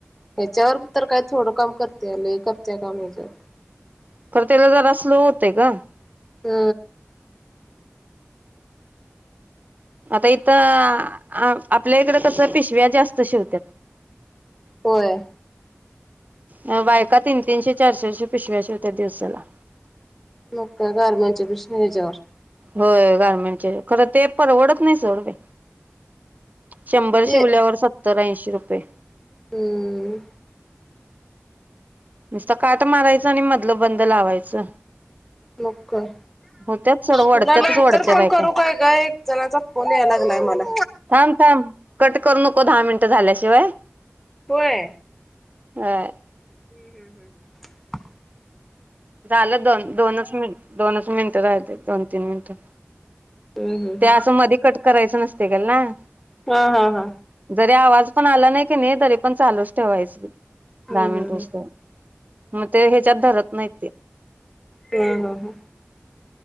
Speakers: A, in the centre; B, on the right.
A: त्याच्यावर तर काय थोडं काम करत्या लै करत्या काम ह्याच्यावर
B: खरं त्याला जरा स्लो होतय गं
A: ह
B: आता इथं आ आपल्या इकडं कसं पिशव्या जास्त शिवत्यात
A: व्हय
B: मग बायका तीन तीनशे चार चारशे पिशव्या शिवत्यात दिवसाला
A: मग काय गारमेंटच्या मशनी ह्याच्यावर
B: होय गारमेंटचे खरंय ते परवडत नाही सोड बै शंभर
A: किती
B: शिवल्यावर सत्तर ऐंशी रुपये
A: हम्म
B: नुसत काट मारायचं आणि मधलं बंद लावायचं
A: मग काय
B: होत्यात सोड वढत्यातच
A: तुला नंतर
B: वढत्या
A: फोन
B: बायका
A: करू काय गं एक जनाचा फोन याय लागलाय मला
B: थांब थांब कट करू नको दहा मिनिट झाल्याशिवाय
A: व्हय
B: व्हय
A: हम्म हम्म हम्
B: झालं दोन दोनच मिनट दोनच मिनिटं राहिलेत दोन तीन मिनिटं
A: हम्म हम्म
B: ते असं मधी कट करायचं नसतं <unintelligible>
A: हं हा हा
B: जरी आवाज पण आला नाही कणी तरी पण चालूच ठेवायच दहा
A: हम्म
B: मिनिटं
A: हम्म
B: हुस तर म ते ह्याच्यात धरत नाहीत <unintelligible>
A: हं हं हं